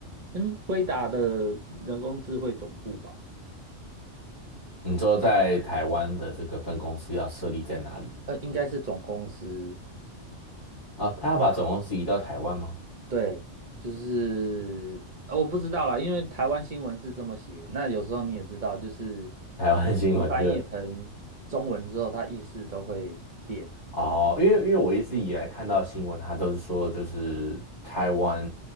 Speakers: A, on the right; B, on the left.
A: 嗯，辉达的人工智慧总部吧，
B: 你说在台湾的这个分公司要设立在哪里吗
A: 呃，应该是总公司，
B: 啊，哦他要把总公司移到台湾吗？<laughs>
A: 对，就是呃，我不知道啦，因为台湾新闻是这么写，那有时候你也知道，就是
B: 台湾新闻的
A: 翻译成中文之后，它意思都会变。
B: 哦，因为因为我一直以来看到新闻，他都是说就是台湾